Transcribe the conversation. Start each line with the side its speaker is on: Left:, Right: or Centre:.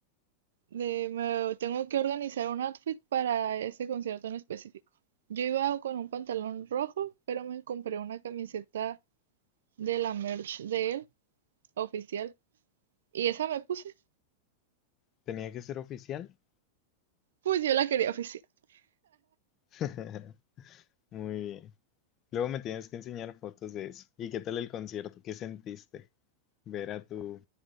Right: de me tengo que organizar un outfit para ese concierto en específico. Yo iba con un pantalón rojo, pero me compré una camiseta de la merch de él Oficial. Y esa me puse.
Left: ¿Tenía que ser oficial?
Right: Pues yo la quería oficial.
Left: <laughs> Muy bien. Luego me tienes que enseñar fotos de eso. ¿Y qué tal el concierto? ¿Qué sentiste? Verá tú,